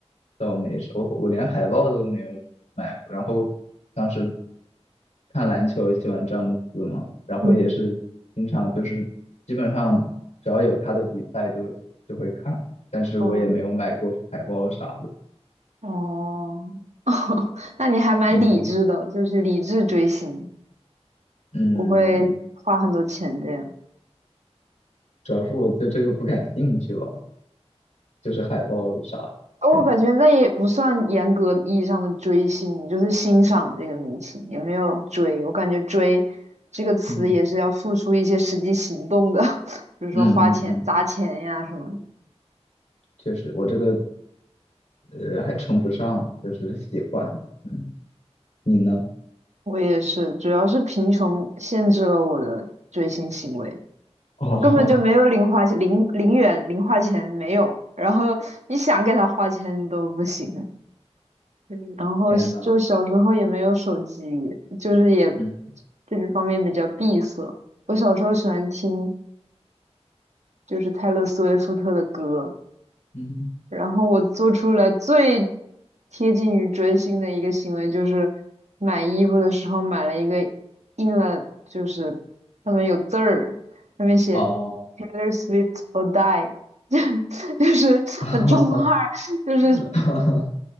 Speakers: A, on the left; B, on the right.
A: 倒没什么我我连海报都没有买过。然后当时看篮球，喜欢詹姆斯嘛，然后也是经常就是基本上只要有他的比赛就就会看，
B: 嗯
A: 但是我也没有买过海报啥的。
B: 嗯哦，<laughs> 那你还蛮理智的，
A: 你呢？
B: 就是理智追星，
A: 嗯，
B: 不会花很多钱这样。
A: 主要是我对这个不感兴趣吧，就是海报啥的，
B: 我感觉那也不算严格意义上的追星，
A: 感觉。
B: 你就是欣赏这个明星，也没有追。我感觉“追”这个词也是要付出一些实际行动的，
A: 嗯
B: <laughs> 比如说花钱、
A: 嗯嗯嗯，
B: 砸钱呀什么的。
A: 确实，我这个呃，还称不上，就是喜欢。嗯，你呢？
B: 我也是，主要是贫穷限制了我的追星行为，
A: 哦，
B: 我根本就没有零花钱，
A: <laughs>
B: 零零元零花钱没有。然后你想给他花钱都不行。嗯然后小就小时候也没有手机，
A: 天呐，
B: 就是也
A: 嗯
B: 这个方面比较闭塞。我小时候喜欢听就是泰勒·斯威夫特的歌，
A: 嗯，
B: 然后我做出来最贴近于追星的一个行为就是买衣服的时候买了一个印了就是上面有字儿，上面写
A: 哦，
B: Taylor Swift or Die，<laughs> 就是很中二，
A: <laughs> 哈
B: 就是
A: 哈哈